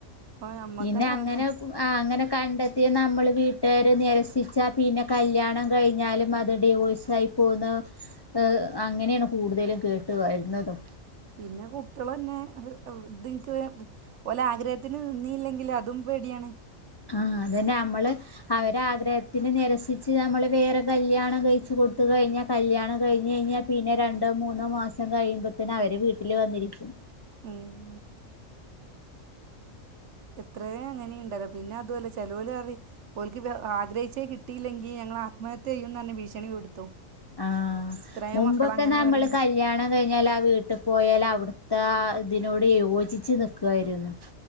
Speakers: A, on the right; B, on the left.
A: ഇപ്പൊ ഞമ്മക്കന്നെ
B: ഇനി അങ്ങനെ
A: അറിയാം
B: പു ആഹ് അങ്ങനെ കണ്ടെത്തി നമ്മള് വീട്ടുകാര് നെരസിച്ചാ പിന്നെ കല്ല്യാണം കഴിഞ്ഞാലും അത് ഡിവോഴ്സ് സായി പോകുന്ന ഏഹ് അങ്ങനെയാണ് കൂടുതലും കേട്ട് വരുന്നതും
A: പിന്നെ കുട്ട്യെളെന്നെ അവ് ഇത് ഇൻക്ക് വേ ഓലെ ആഗ്രഹത്തിന് നിന്നീല്ലെങ്കില് അതും പേടിയാണ്
B: ആഹ് അതന്നെ നമ്മള് അവരെ ആഗ്രഹത്തിന് നെരസി ച്ച് നമ്മള് വേറെ കല്യാണം കഴിച്ച് കൊടുത്ത് കഴിഞ്ഞാ കല്യാണം കഴിഞ്ഞഴിഞ്ഞാ പിന്നെ രണ്ടോ മൂന്നോ മാസ സം കഴിയുമ്പ തന്നെ അവര് വീട്ടിൽ വന്നിരിക്കും
A: ഉം എത്രേ അങ്ങനെണ്ടല്ലോ പിന്നെ അതുല്ല ചെലോല് പറയും ഓൽക്കിപ്പോ ആഗ്രഹിച്ചേ കിട്ടിയില്ലെങ്കിൽ ഞങ്ങൾ ആത്മഹത്യ ചെയ്യുന്ന് പറഞ്ഞ് ഭീഷണി പെടുത്തും
B: ആഹ്
A: ഇത്രയും
B: മുമ്പൊക്കെ
A: മക്കള് അങ്ങനെ
B: നമ്മള്
A: പറയണ്ട്
B: കല്യാണം കഴിഞ്ഞാൽ ആ വീ ട്ട് പോയാലും അവിടുത്താതിനോട് യോജിച്ച് നിക്കുവായിരുന്നു